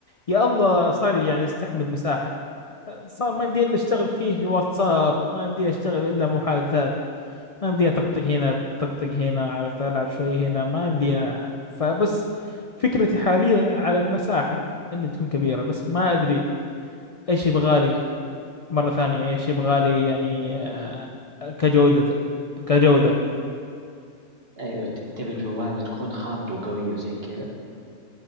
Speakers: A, on the left; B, on the right.
A: يا الله صار يعني يستحمل مساحه آه، صار ما يمدي الا اشتغل فيه واتساب ما يمدي اشتغل الا محادثات ما يمديها طقطق هنا طقطق هنا عرفت ألعب شوي هنا ما يمديها فبس فكرتي حاليا على المساحة إن تكون كبيرة بس ما أدري إيش يبغالي مرة ثانية إيش يبغالي يعني آه، كجودة كجودة
B: ايوه ت- تبي جوال تكون خامته قوية وزي كذا